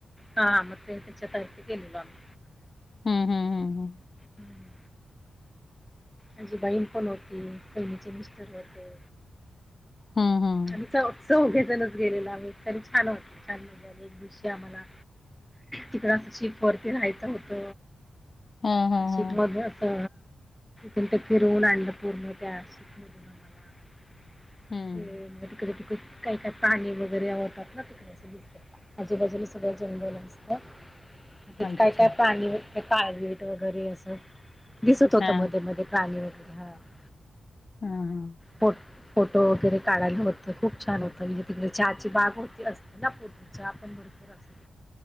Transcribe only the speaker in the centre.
हा मग त्याच्या छता वर गेलेलो आम्ही.
हम्म. माझी बहीण पण होती. बहिणीचे मिस्टर होते.
आणि जा चौघेणच गेलेला आम्ही. तरी छान होत छान मजा आली एक दिवशी आम्हाला तिकड शिप वरती राहायचं होत.
शिप
मध्ये असा तर फिरवून आणलं पूर्ण त्या <unintelligible>
ते मग तिकडे तिकडे काय काय पाणी वगैरे होतात ना तिकडे असं दिसतं. आजूबाजूला सगळं जंगल असतं, आणि
काय काय पाणी ते काळवीट वगैरे असं दिसत होत
मध्ये मध्ये प्राणी, हां. <unintelligible>
फो फोटो वगैरे काढायला होतं खूप छान होतं <unintelligible> चहाची बाग होती असते ना पूर्वी चहा पण भरपूर अस